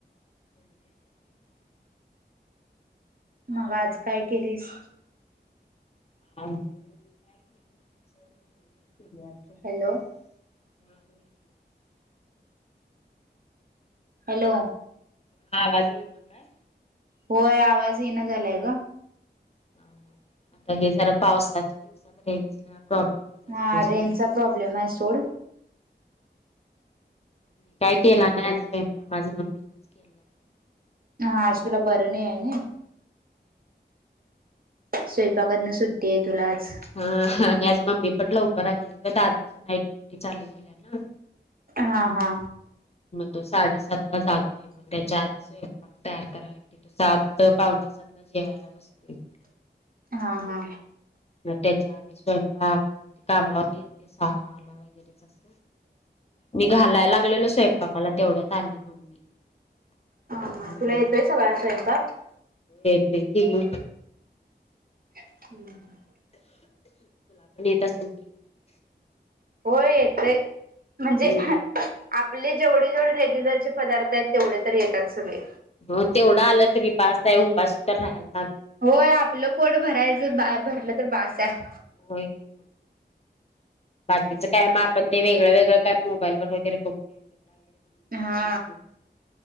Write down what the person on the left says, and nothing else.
कोंडे असतात बघ.
<inaudible> सोड <inaudible>
ह आवाजी येत ना काय?
ह हा आता हे जरा पावसाच्या दिवसात रेंजला प्रॉब्लेमच असतोय
सोड.
मी काय केला नाही स्वयंपाक माझ्या मम्मीनेच केलंय.
हा आणि आज मम्मी पण लवकर आलेली क दादाची नाईट ड्युटी चालू झाल्या ना.
तो साडेसात ला जातोय. मग त्याच्या आधी स्वयंपाक तयार करायला लागते तो सात पावणेसातला जेवायला बसतोय.
मग त्याच्या आधी स्वयंपाक कामावर येते सहाला वगैरे जा अस. मी घालायला लागलेलो स्वयंपाकाला तेवढ्यात आली मम्मी.
म्हणली
मग
हे की मग?
तसल की.
हम्म
मग तेवढं आलं तरी बास आहे उपाशी तर राहाला ना.
होय की काय बाकीचं कायम आपण ते वेगळं वेगळं कायम मोबाईल वर वगैरे बघून. बघून करू
शकतो